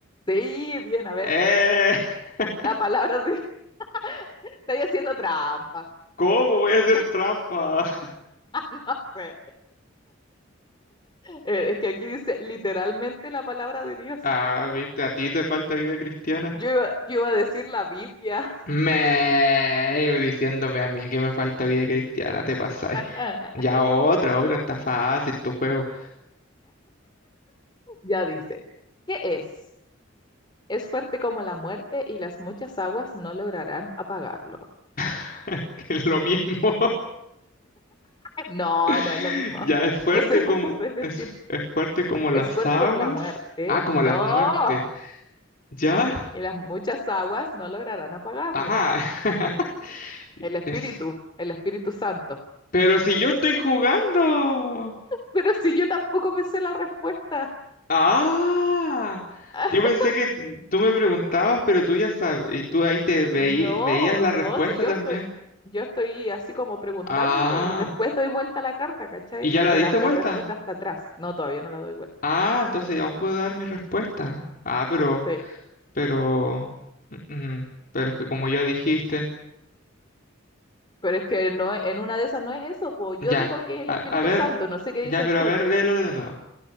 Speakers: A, on the left; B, on the left.
A: Sí, bien, a ver,
B: Eh, <laughs>
A: la palabra de... <laughs> Estáis haciendo trampa.
B: ¿cómo voy a hacer
A: <laughs>
B: trampa? <laughs>
A: No sé. Eh, Es que aquí dice literalmente la palabra de Dios.
B: Ah, viste, a ti te falta vida cristiana.
A: Yo iba, yo iba a decir la Biblia.
B: Me eh, diciéndome a mí que me falta vida cristiana, te pasáis.
A: <laughs>
B: Ya otra, otra, está fácil tu juego.
A: Ya dice, ¿qué es? Es fuerte como la muerte y las muchas aguas no lograrán apagarlo.
B: <laughs> Que es lo mismo.
A: No,
B: <laughs>
A: no es lo mismo.
B: Ya es fuerte
A: No se
B: como
A: puede <laughs> repetir.
B: es, es fuerte como las
A: Es fuerte
B: aguas.
A: como la muerte.
B: Ah, como
A: No.
B: las muertes. ¿Ya?
A: Y las muchas aguas no lograrán apagarlo.
B: Ajá. <laughs> Y
A: El Espíritu,
B: Es.
A: el Espíritu Santo.
B: Pero si yo estoy jugando.
A: Pero si yo tampoco me sé la respuesta.
B: Ah.
A: <laughs>
B: Yo pensé que tú me preguntabas, pero tú ya sabes, y tú ahí te veí-
A: No,
B: veías la
A: no,
B: respuesta
A: si yo
B: también.
A: estoy, yo estoy así como preguntándote
B: Ah.
A: y después doy vuelta a la carta, ¿cachai?
B: ¿Y ya
A: Porque
B: la diste
A: la, la
B: vuelta?
A: respuesta está atrás. No, todavía no la doy vuelta.
B: Ah, entonces ya aún puedo dar mi respuesta. Ah, pero,
A: Sí.
B: pero, mm, mm, pero es que como ya dijiste,
A: Pero es que no, es- en una de esas no es eso, pues yo
B: ya,
A: digo que es el
B: a,
A: Espíritu
B: a ver,
A: Santo, no sé qué
B: ya,
A: dices
B: pero
A: tú.
B: a ver, léelo de nuevo.